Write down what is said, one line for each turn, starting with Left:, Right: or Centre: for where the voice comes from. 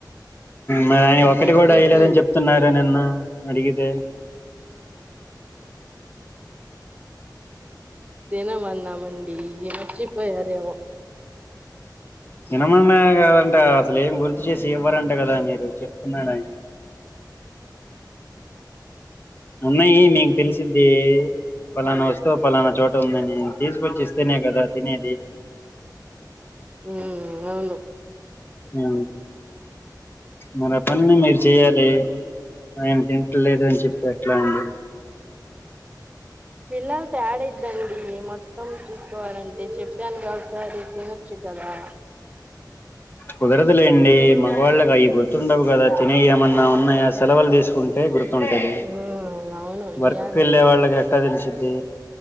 Left: మరి ఆయని
Right: అంటే
Left: ఒకటి కూడా
Right: తీపి
Left: అయ్యలేదని చెప్తున్నారు నిన్న అడిగితే
Right: దినమాన్నామండి ఏచ్చిప్ప యారవ
Left: విమమే కాదంటే అసలు ఏం గుర్తు చేసి ఇవ్వారంట కదా మీరు చెప్ప న్నాడయి ఉన్నాయి మీకు తెలిసిది పలానా వస్త ప పలన చోట ఉందని తీసుకొచ్చి ఇస్తేనే కదా తినేది
Right: ఉమ్ అవును
Left: అ మన పనిని మీరు చెయ్యాలి, ఆయనకి తింట్ లేదు అని చెప్పి ఎట్లా అండి
Right: పిల్లల్ త్యాడద్దండి మ చూసుకోవాలంటే చెప్పానుక ఒకసారి తినొచ్చు కదా
Left: కుదరదులే అండి మగవాళ్ళకి అవి గుర్తుండవు కదా తినే ఏమన్నా నా ఉన్న సెలవులు తీసుకుంటే గు ఉంటది
Right: ఉమ్ అవును ఇయ్యాలండి
Left: వర్క్ వెళ్ళే వాళ్ళకి ఎట్టా తెలిసి డి